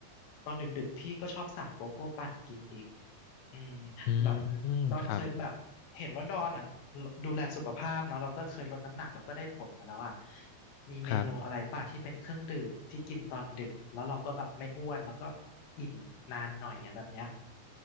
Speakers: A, on the left; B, on the left.
A: ตอนดึกๆพี่ก็ชอบสั่งโกโก้ปั่นกินอีก อืม
B: อืม
A: แบบดอนเคยแบบเห็นว่าดอนอ่ะ
B: ครับ
A: ดูแลสุขภาพเนาะแล้วก็เคยลดน้ำหนักแล้วก็ได้ผลมาแล้วอ่ะมีเมนูอะไรป่ะที่เป็นเครื่องดื่มที่กินตอนดึกแล้วเราก็แบบไม่อ้วนแล้วก็
B: ครับ
A: อิ่มนานหน่อยอะไรแบบเนี้ย